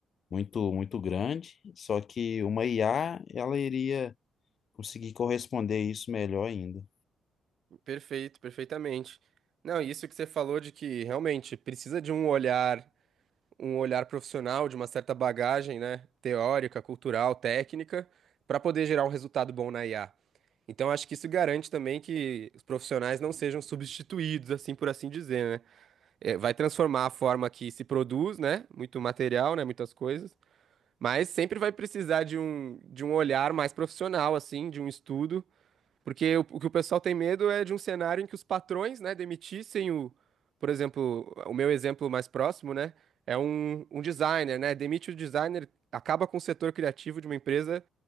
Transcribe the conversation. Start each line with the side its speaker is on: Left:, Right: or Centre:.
Left: muito, muito grande, só que uma IA, ela iria conseguir corresponder a isso melhor ainda.
Right: Perfeito, perfeitamente. Não, e isso que você falou de que realmente precisa de um olhar, um olhar profissional, de uma certa bagagem, né, teórica, cultural, técnica, para poder gerar um resultado bom na IA. Então, acho que isso garante também que os profissionais não sejam substituídos, assim por assim dizer, né? É, vai transformar a forma que se produz, né? Muito material, né? Muitas coisas. Mas sempre vai precisar de um, de um olhar mais profissional, assim, de um estudo porque o, o que o pessoal tem medo é de um cenário em que os patrões, né, demitissem o, por exemplo, o meu exemplo mais próximo, né, é um, um designer, né, demite o designer, acaba com o setor criativo de uma empresa